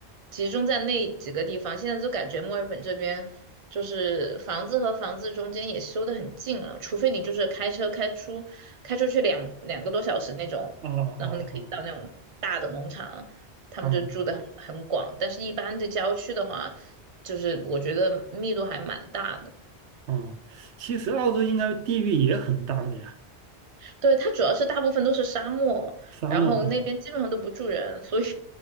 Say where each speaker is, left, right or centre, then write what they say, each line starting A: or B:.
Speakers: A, on the right; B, on the right.
A: 集中在那几个地方。现在就感觉墨尔本这边。就是房子和房子中间也修得很近了，除非你就是开车开出开出去两两个多小时那种，
B: 哦哦哦
A: 然后你可以到那种大的农场，他们就住的很很广。
B: 哦
A: 但是，一般的郊区的话，就是我觉得密度还蛮大的。
B: 哦，其实澳洲应该地域也很大的呀，
A: 对，它主要是大部分都是沙漠，
B: 沙漠啊，
A: 然后那边基本上都不住人，所以